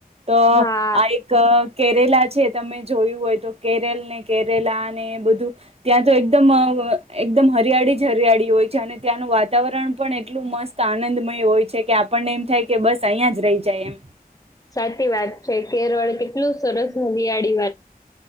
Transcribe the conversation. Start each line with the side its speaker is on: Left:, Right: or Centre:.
Right: તો
Left: હા
Right: આ એક કેરેલા તમે જોયું હોય તો કેરલ ને કેરેલા ને બધું ત્યાં તો એકદમ એકદમ હરિયાળી જ હરિયાળી હોય છે, અને ત્યાંનું વાતાવરણ પણ એટલું મસ્ત આનંદમય હોય છે કે આપણનેમ થાય કે બસ અહીિયાં જ રહી જાય એમ,
Left: સાચી વાત છે, કેરળ કેટલું સરસ મંગિયાળી વાત